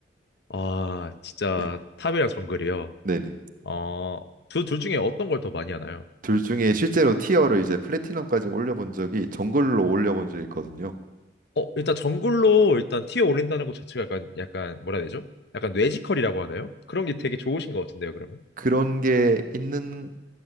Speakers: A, on the left (about 65°); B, on the right (about 50°).
A: 아, 진짜
B: 네,
A: 탑이랑 정글이요.
B: 네네.
A: 어, 두, 둘 중에 어떤 걸 더 많이 하나요?
B: 둘 중에 실제로 티어를 이제 플래티넘까지 올려본 적이 정글로 올려본 적이 있거든요.
A: 어, 일단 정글로 일단 티어 올린다는 것 자체가 약간, 약간, 뭐라 해야 되죠? 약간 뇌지컬이라고 하나요? 그런 게 되게 좋으신 것 같은데요, 그러면?
B: 그런 게 있는